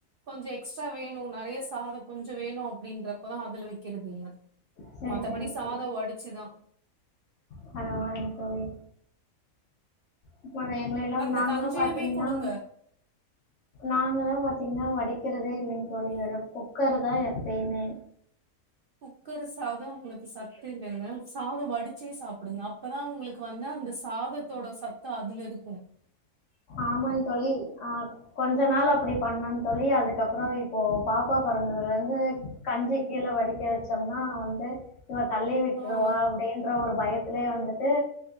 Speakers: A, on the right; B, on the left.
A: கொஞ்ச எக்ஸ்ட்ரா வேணு நெறைய சாதோ கொஞ்ச வேணு அப்டின்றப்பதா அதுல வைக்கிறதுங்க
B: செரி
A: மத்தபடி
B: செரி
A: சாதோ
B: செரிங்க
A: வடிச்சுதா
B: பரவாலைங் தோழி இப்ப அவ எங்களை எல்லா
A: அந்த
B: நாங்களல்லா
A: கஞ்சியுமே
B: பாத்தீங்கன்னா
A: குடுங்க
B: நாங்கள பாத்தீங்கன்னா வடிக்கிறதே இல்லைங் தோழி வெறும் குக்கரதா எப் பைமே
A: குக்கர் சாதோ உங்களுக்கு சத்து இல்லைங்க சாதோ வடிச்சே சாப்டுங்க அப்பதா உங்களுக் கு வந்து அந்த சாதத்தோட சத்து அதுலருக்கு
B: ஆமாங்க தோழி ஆ கொஞ்ச நாள் அப்படி பண்ணங் தோழி அதுக்கப்பற இப்போ பாப்பா பொறந்ததுலேருந்து கஞ்சி கீழே வடிக்க வச்சோம்னா வந்து இவ தள்ளி விட்டுருவா
A: ஆ ஒ-
B: அப்டின்ற ஒரு பயத் திலயே வந்துட்டு